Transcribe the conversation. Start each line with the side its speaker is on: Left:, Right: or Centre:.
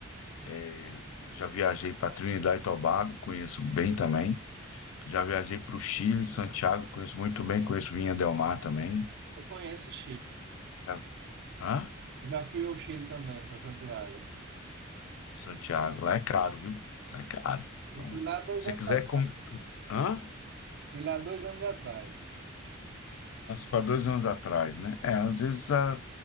Left: É, Eu já viajei para Trinidad e Tobago, conheço bem também. Já viajei para o Chile, Santiago, conheço muito bem, conheço Vinha Del Mar também.
Right: Eu conheço o Chile.
Left: Já- Hã?
Right: Eu já fui ao Chile também, para Santiago.
Left: Santiago, lá é caro, viu? Lá é caro. Então,
Right: Eu fui lá dois
Left: se
Right: anos,
Left: você quiser
Right: a-
Left: comer. Hã?
Right: fui lá dois anos atrás.
Left: Para dois anos atrás, né? É, às vezes a-